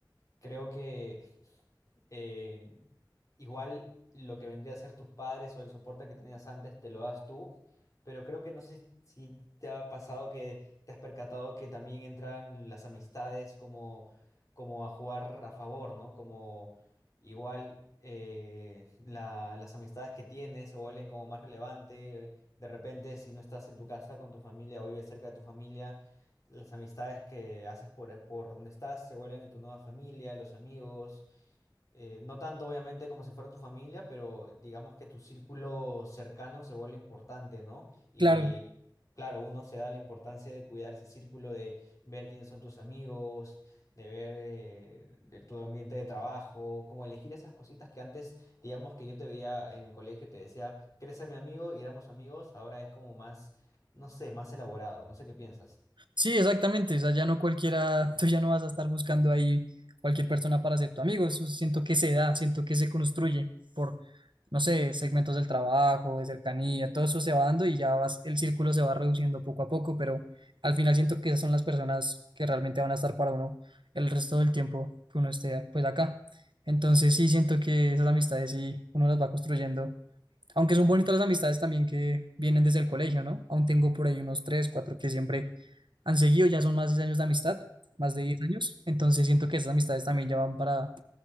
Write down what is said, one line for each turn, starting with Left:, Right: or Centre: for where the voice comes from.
Left: Creo que eh, igual lo que vendría a ser tus padres o el soporte que tenías antes te lo das tú, pero creo que no sé si, si te ha pasado que te has percatado que también entran las amistades como, como a jugar a favor, ¿no? Como igual eh, la- las amistades que tienes se vuelven como más relevante. De repente, si no estás en tu casa con tu familia o vives cerca de tu familia las amistades que haces por, por donde estás se vuelven en tu nueva familia, los amigos, eh, no tanto obviamente como si fuera tu familia, pero digamos que tu círculo cercano se vuelve importante, ¿no? Y
Right: Claro,
Left: claro, uno se da la importancia de cuidar ese círculo, de ver quiénes son tus amigos, de ver eh, de tu ambiente de trabajo, como elegir esas cositas que antes, digamos que yo te veía en el colegio y te decía, ¿quieres ser mi amigo? Y éramos amigos, ahora es como más, no sé, más elaborado, no sé qué piensas.
Right: Sí, exactamente. O sea, ya no cualquiera, <laughs> tú ya no vas a estar buscando ahí cualquier persona para ser tu amigo. Eso siento que se da, siento que se construye por, no sé, segmentos del trabajo, de cercanía, todo eso se va dando y ya vas, el círculo se va reduciendo poco a poco, pero al final siento que esas son las personas que realmente van a estar para uno el resto del tiempo que uno esté pues acá. Entonces sí siento que esas amistades sí uno las va construyendo aunque son bonitas las amistades también que vienen desde el colegio, ¿no? Aún tengo por ahí unos tres, cuatro que siempre han seguido, ya son más de 10 años de amistad, más de 10 años, entonces siento que esas amistades también ya van para,